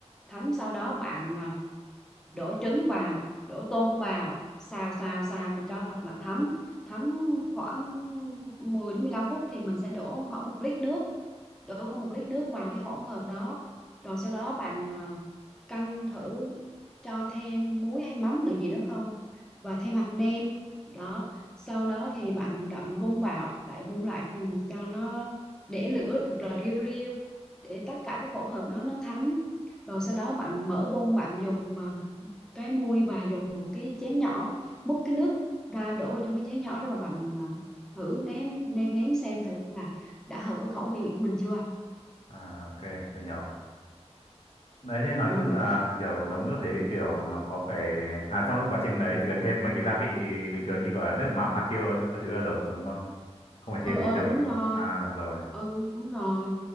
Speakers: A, in the centre; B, on the left (about 60°).
A: thấm sau đó bạn à, đổ trứng vào đổ tôm vào xào xào xào cho thật là thấm thấm khoảng 10 đến 15 phút thì mình sẽ đổ khoảng một lít nước đổ không một lít nước vào cái hỗn hợp đó rồi sau đó bạn ờ, canh thử cho thêm muối hay mắm nữa gì nữa không và thêm hạt nêm đó sau đó thì bạn đậm vung vào lại vung lại cùng cho nó để lửa thật là riu riu để tất cả cái hỗn hợp đó nó thấm rồi sau đó bạn mở bung bạn dùng mà cái muôi và dùng một cái chén nhỏ múc cái nước ra đổ vào trong cái chén nhỏ đó và bạn à, thử nếm nêm nếm xem thử là đã hợp với khẩu vị của mình chưa
B: à ok tôi hiểu đấy thế nói
A: ừ
B: chung là kiểu nấu nước thế kiểu nó có phải à trong lúc quá trình đấy chỉ cần thêm mấy cái gia vị bình thường như kiểu là nước mắm hạt tiêu các thứ là được đúng không không phải
A: ừ
B: thêm cái
A: ừ
B: gia vị
A: đúng rồi
B: à rồi
A: ừ đúng rồi